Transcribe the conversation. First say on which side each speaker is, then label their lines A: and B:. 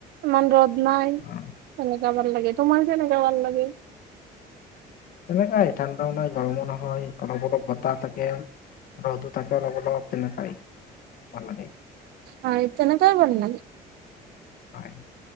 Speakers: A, on the right; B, on the left.
A: ইমান ৰ'দ নাই তেনেকা
B: অ
A: ভাল লাগে। তোমাৰ কেনেকে ভাল লাগে?
B: তেনেকাই ঠাণ্ডাও নাই, গৰমো নহয়, অলপ অলপ বতাহ থাকে। ৰদ থাকে অলপ, অলপ তেনেকুৱাই ভাল লাগে।
A: হয়, তেনেকেই কৰি
B: হয়,